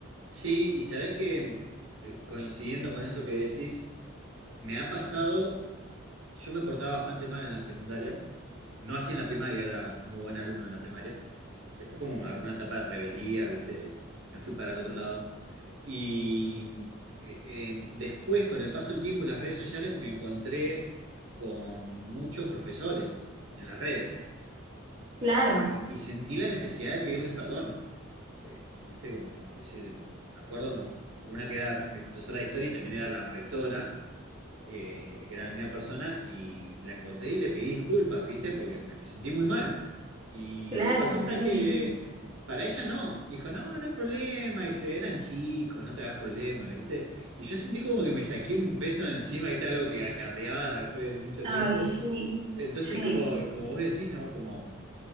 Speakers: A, on the right; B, on the right.
A: Sí, y sabés que eh, coincidiendo con eso que decís, me ha pasado Yo me portaba bastante mal en la secundaria, no así en la primaria, era muy buen alumno en la primaria. Después como me agarró una etapa de rebeldía, ¿viste? Y me fui para el otro lado. Y eh, eh, después, con el paso del tiempo y las redes sociales, me encontré con muchos profesores en las redes
B: Claro,
A: y, y sentí la necesidad de pedirles perdón. Eh, ¿viste? Como decir, me acuerdo, una que era mi profesora de historia y también era la rectora eh, que era la misma persona, y la encontré y le pedí disculpas, ¿viste? Porque me, me sentí muy mal. Y
B: claro,
A: resulta
B: sí.
A: que para ella no, me dijo, no, no hay problema, dice, eran chicos, no te hagas problema, ¿viste? Y yo sentí como que me saqué un peso de encima, ¿viste? Algo que acarreaba después de mucho
B: Ay,
A: tiempo.
B: sí,
A: Entonces,
B: sí,
A: como, como vos decís, ¿no? Como